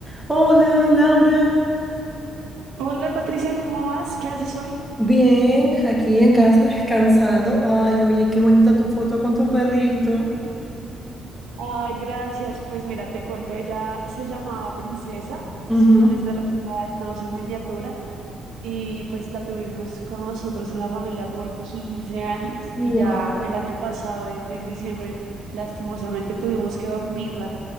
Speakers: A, in the centre; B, on the right.
A: Hola, Laura.
B: Hola Patricia, ¿cómo vas? ¿Qué haces hoy?
A: Bien, aquí en casa descansando. Ay, oye, qué bonita tu foto con tu perrito.
B: Ay, gracias. Pues mira, te cuento, ella se llamaba Princesa,
A: Ujú.
B: es, una- es de raza Schnauzer miniatura y pues la tuvimos con nosotros en la familia por quince años
A: Wow,
B: y ya el año pasado, en, en diciembre, lastimosamente tuvimos que dormirla